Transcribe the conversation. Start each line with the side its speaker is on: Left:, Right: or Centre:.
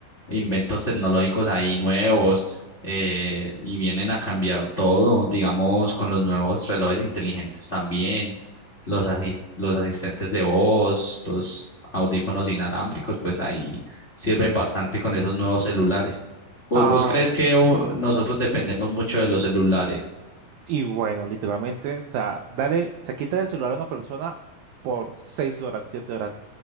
Left: inventos tecnológicos ahí nuevos eh, y vienen a cambiar todo, digamos, con los nuevos relojes inteligentes también, los, asi- los asistentes de voz, los audífonos inalámbricos, pues ahí sirven bastante con esos nuevos celulares. ¿Vos,
Right: Ah,
Left: vos crees que uh, nosotros dependemos mucho de los celulares?
Right: y bueno, literalmente, o sea, dale, se quita el celular a una persona por seis horas, siete horas.